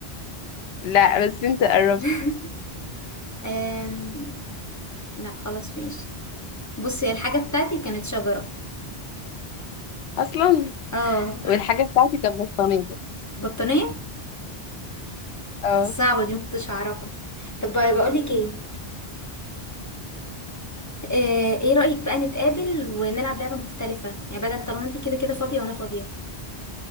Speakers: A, on the left; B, on the left.
A: لا بس انت قربت
B: <laughs> أم... لا خلاص ماشي بصي الحاجه بتاعتي كانت شجره
A: اصلا
B: اه
A: والحاجه بتاعتي كانت بطانيه
B: <laughs> بطانيه
A: اه
B: صعبه دي ما كنتش هعرفها طب بقول لك ايه آه، ايه رأيك بقى نتقابل ونلعب لعبة مختلفة يعني بدل طالما انت كده كده فاضية وانا فاضية